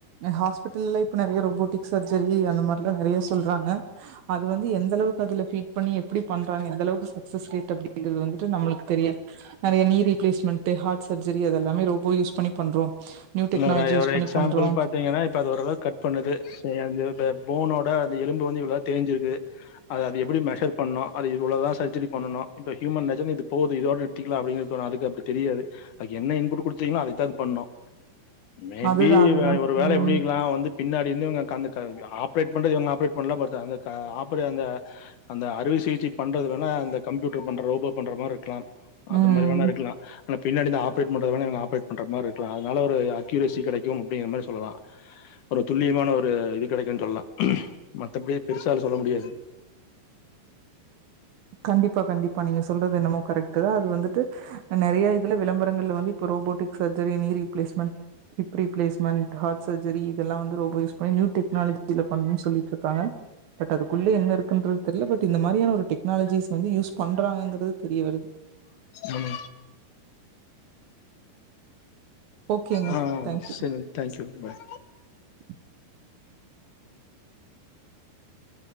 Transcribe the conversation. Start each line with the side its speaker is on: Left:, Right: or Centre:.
Right: அ ஹாஸ்பிட்டல்ல இப்போ நெறைய ரோபோட்டிக் சர்ஜரி அந்த மாரி எல்லா நெறைய சொல்றாங்க அது வந்து எந்த அளவுக்கு அதுல ஃபீட் பண்ணி எப்புடி பண்றாங்க எந்த அளவுக்கு சக்சஸ் ரேட் அப்டிங்கறது வந்துட்டு நம்மளுக்கு தெரிய நிறைய க்னீ ரீப்ளேஸ்மெண்ட் ஹார்ட் சர்ஜரி அததெல்லாமே ரோபோ யூஸ் பண்ணி பண்றோ நியூ டெக்னாலஜி
Left: உன்னோட
Right: யூஸ்
Left: ஒரு
Right: பண்ணி
Left: எக்ஸாம்பிள்
Right: பண்றோ
Left: பாத்தீங்கன்னா இப்ப அது ஓரளவுக்கு கட் பண்ணுது சரி அந்த த போனோட அந்த எலும்பு வந்து இவ்வளோ தேஞ்சிருக்கு அத அத எப்டி மெஷர் பண்ணோ அது இவ்ளோதா சர்ஜரி பண்ணணு இப்ப ஹியூமன் நெஜமே இது போதோ இதோட நிறுத்திக்லா அப்டிங்கிறது தோனு அதுக்கு அப்டி தெரியாது அதுக்கு என்ன இன்புட் குடுத்தீங்ளோ அதுதா அது பண்ணு மேபி
Right: அதுதா அதுதா
Left: வே ஒரு வேல
Right: ம்
Left: எப்டி இருக்கலா வந்துட் பின்னாடி இருந்து இவுங்க க அந்த க ஆப்ரேட் பண்றது இவுங்க ஆப்ரேட் பண்ணலா பார்தா அந்த க ஆப்ரே அந்த அந்த அறுவை சிகிச்சை பண்றது வேணா அந்த கம்யூட்டர் பண்ற ரோபோ பண்ற மாதிரி இருக்கலாம் அது
Right: ம்
Left: மாரி வேணா இருக்கலா ஆனா பின்னாடி இருந்து ஆபரேட் பண்றத வேணா இவங்க ஆப்ரேட் பண்ற மாரி இருக்கல அதனால ஒரு அக்யூரசி கெடைக்கும் அப்டிங்கிற மாரி சொல்லலா ஒரு துல்லியமான ஒரு இது கெடைக்குன் சொல்லலா மத்தபடி பெருசால சொல்ல முடியாது
Right: கண்டிப்பா கண்டிப்பா நீங்க சொல்றது என்னமோ கரெக்டு தா அது வந்துட்டு நறைய இதுல விளம்பரங்கள்ல வந்து இப்ப robotic surgery knee replacement hip replacement heart surgery இதெல்லா வந்து ரோபோ யூஸ் பண்ணி நியூ டெக்னாலஜில பண்ணுன் சொல்லிட்டு இருக்காங்க பட் அதுக்குள்ளே என்ன இருக்குன்றது தெரியல பட் இந்த மாதிரியான ஒரு டெக் னாலஜீஸ் வந்து யூஸ் பண்றாங்ககறது தெரிய வருது
Left: ஆமா
Right: ஓகேங்க.
Left: ஆ
Right: தேங்க்யூ.
Left: சரிங்க தேங்க்யூ பாய்
Right: <unintelligible>